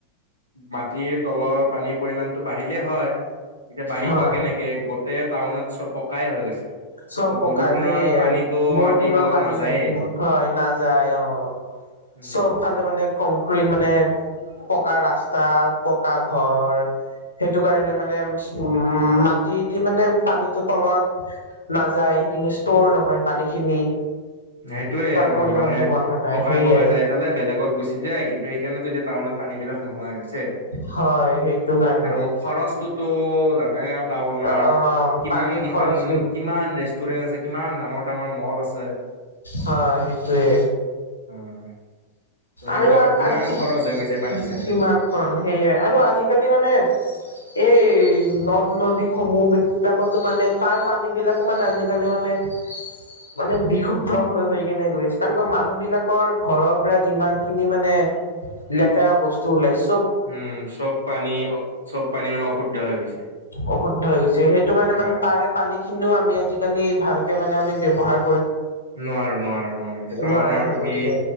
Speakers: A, on the right; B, on the left.
A: মাটিৰ তলৰ পানীৰ পৰিমানতটো বাঢ়িলেই হয় এতিয়া বাঢ়িব
B: হয়
A: কেনেকে। গোটে টাউনত চব পকাই হৈ গৈছে।
B: চব
A: ত'
B: পকাৰ
A: বৰষুণৰ
B: সেইয়াই
A: পানীতো
B: বৰষুণৰ
A: মাটিৰ তলত
B: পানীও
A: নাযায়ে
B: <unintelligible> হয় নাযায় অ।
A: উম
B: চবফালে মানে কংক্ৰিট মানে পকা ৰাস্তা পকা ঘৰ। সেইটো কাৰণে মানে উম মাটি দি মানে পানীটো তলত। নাযায় সেইখিনি ষ্টৰ নহয় পানীখিনি।
A: সেইটোয়ে
B: তাৰ
A: নহ
B: পৰিমাণটো
A: মানে
B: বঢ়া নাই
A: পকাই
B: সেইয়াই
A: পকাই যাই ফেলে বেলেগত গুচি যায় কিন্তু সেইকাৰণেতো এতিয়া টাউনত। পানী বিলাক নোহোৱা গৈছে
B: হয় সেইটো কাৰণে
A: আৰু খৰচটো। টো জানাই টাউনৰ
B: অ',
A: কিমান
B: পানী
A: কেইখন
B: খৰচ
A: কিমান ৰেষ্টুৰেন্ট আছে। কিমান ডাঙৰ ডাঙৰ মল আছে।
B: হয় সেইটোৱে।
A: <inaudible> সেইবিলাকত
B: আৰু আ
A: কিমান
B: <unintelligible>
A: খৰচ হৈ গৈছে পানী চানী
B: কিমান খন সেয়ে আৰু আজিকালি মানে। এই ন। নদীসমূহ এইবিলাকতো মানে তাৰ পানী বিলাকো মানে আজিকালি মানে। মানে বিশুদ্ধ হৈ হৈ কেনে গৈ আছে কাৰণ কিয় মানুহ বিলাকৰ ঘৰৰ পৰা। যিমান খিনি মানে লেতেৰা বস্তু ওলাইছে।
A: উম চব পানী চব পানী মানে অশুদ্ধ হৈ গৈছে।
B: অশুদ্ধ হৈ গৈছে সেইটো কাৰণে
A: অ'
B: মানে তাৰে পানী খিনিও আমি আজিকালি ভালকে মানে আমি ব্যৱহাৰ।
A: নোৱাৰো নোৱাৰো নোৱাৰো এতিয়া টাউনৰ
B: নোৱাৰা হৈ
A: তুমি
B: গৈছে